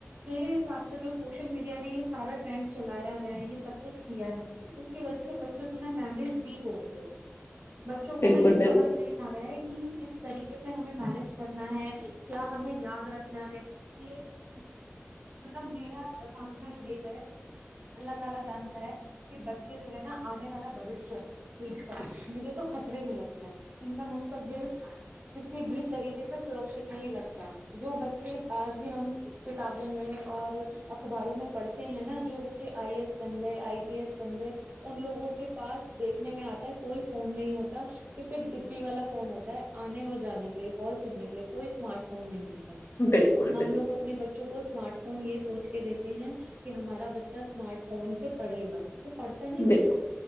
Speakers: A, on the right (about 40°); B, on the left (about 60°).
A: میرے حساب سے جو سوشل میڈیا نے یہ سارا ٹرینڈ چلایا ہے یہ سب کچھ کیا ہے اس کی وجہ سے بچوں کی نا ممریز ویک ہو گئی ہے بچوں کو
B: بالکل
A: نا یہ سمجھ نہیں آ رہا ہے کہ کس طریقے سے ہمیں مینج کرنا ہے کیا ہمیں یاد رکھنا ہے یہ <inaudible> میں اور اخباروں میں پڑھتے ہیں نا جو بچے آئی ای ایس بن گئے آئی ٹی ایس بن گئے ان لوگوں کے پاس دیکھنے میں آتا ہے کوئی فون نہیں ہوتا صرف ایک ڈبی والا فون ہوتا ہے آنے اور جانے کے لیے کال سننے کے لیے کوئی اسمارٹ فون نہیں ہوتا
B: بالکل
A: ہم لوگ اپنے بچ کو اسمارٹ فون یہ سوچ کے دیتے ہیں کہ ہمارا بچہ اسمارٹ فون سے پڑھے گا وہ پڑھتا نہیں
B: بالکل
A: ہے